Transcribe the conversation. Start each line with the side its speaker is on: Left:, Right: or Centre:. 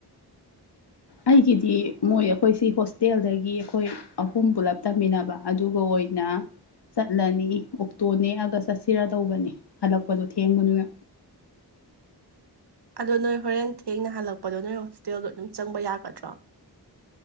Left: ꯑꯩꯒꯤꯗꯤ ꯃꯣꯏ ꯑꯩꯈꯣꯏꯁꯤ ꯍꯣꯁꯇꯦꯜꯗꯒꯤ ꯑꯩꯈꯣꯏ ꯑꯍꯨꯝ ꯄꯨꯂꯞ ꯇꯝꯃꯤꯟꯅꯕ ꯑꯗꯨꯒ ꯑꯣꯏꯅ ꯆꯠꯂꯅꯤ ꯑꯣꯛꯇꯣ ꯅꯦꯛꯑꯒ ꯆꯠꯁꯤꯔ ꯇꯧꯕꯅꯤ ꯍꯜꯂꯛꯄꯗꯣ ꯊꯦꯡꯕꯅꯤꯅ
Right: ꯑꯗꯣ ꯅꯣꯏ ꯍꯣꯔꯦꯟ ꯊꯦꯡꯅ ꯍꯜꯂꯛꯄꯗꯣ ꯅꯣꯏ ꯍꯣꯁꯇꯦꯜꯗꯣ ꯑꯗꯨꯝ ꯆꯪꯕ ꯌꯥꯒꯗ꯭ꯔꯣ